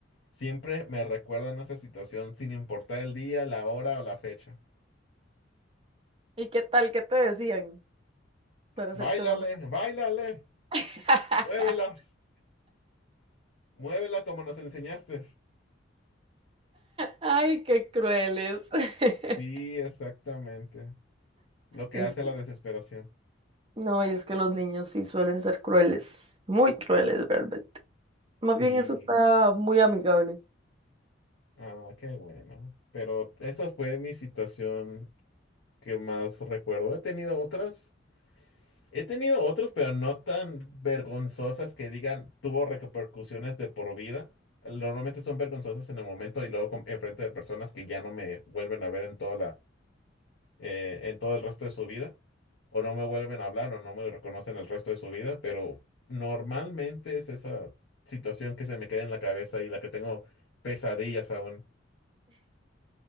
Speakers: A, on the left; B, on the right.
A: siempre me recuerdan esa situación, sin importar el día, la hora o la fecha.
B: ¿Y qué tal? ¿Qué te decían para
A: ¡Báilale!
B: hacerte enojar?
A: ¡Báilale!
B: <laughs>
A: ¡Muévelas! ¡Muévela como nos enseñaste!
B: Ay, qué crueles. <laughs>
A: Sí, exactamente. Lo que
B: Es
A: hace la desesperación.
B: No, y es que los niños sí suelen ser crueles, muy crueles realmente. Más
A: Sí.
B: bien eso está muy amigable.
A: Ah, qué bueno. Pero esa fue mi situación que más recuerdo. He tenido otras. He tenido otras, pero no tan vergonzosas que digan tuvo repercusiones de por vida. Normalmente son vergonzosas en el momento y luego con- enfrente de personas que ya no me vuelven a ver en toda la, eh, en todo el resto de su vida. O no me vuelven a hablar o no me reconocen el resto de su vida. Pero normalmente es esa situación que se me queda en la cabeza y la que tengo pesadillas aún.